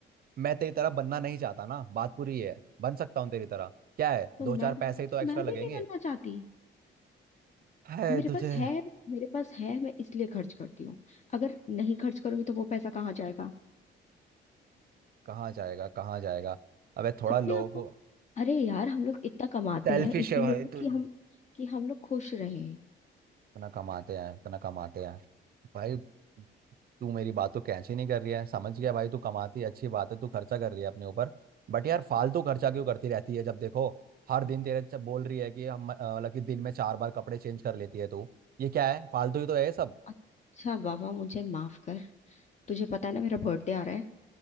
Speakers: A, on the right; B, on the left.
A: मैं तेरी तरह बनना नहीं चाहता ना बात पूरी है बन सकता हूँ तेरी तरह क्या है
B: तो मैं
A: दो चार
B: भी
A: पैसे ही तो
B: तो
A: एक्स्ट्रा
B: मैं
A: लगेंगे
B: भी नहीं बनना चाहती
A: है
B: मेरे
A: तुझे
B: पास है मेरे पास है मैं इसलिए खर्च करती हूँ अगर नहीं खर्च करूंगी तो वो पैसा कहाँ जाएगा
A: कहाँ जाएगा कहाँ जाएगा अबे थोड़ा
B: अपने
A: लोगों
B: आप को
A: को
B: अरे यार हम लोग इतना कमाते
A: सेल्फिश
B: हैं इसीलिए
A: है भाई
B: तो
A: तुम
B: कि हम कि हम लोग खुश रहें
A: इतना कमाते हैं इतना कमाते हैं भाई तू मेरी बात तो कैच ही नहीं कर रही है समझ गया भाई तू कमाती है अच्छी बात है तू खर्चा कर रही है अपने ऊपर बट यार फालतू खर्चा क्यों करती रहती है जब देखो हर दिन तेरे से बोल रही है कि हम अ, मतलब कि दिन में चार बार कपड़े चेंज कर लेती है तू ये क्या है फालतू ही तो है ये सब
B: अच्छा बाबा मुझे माफ कर तुझे पता है ना मेरा बर्थडे आ रहा है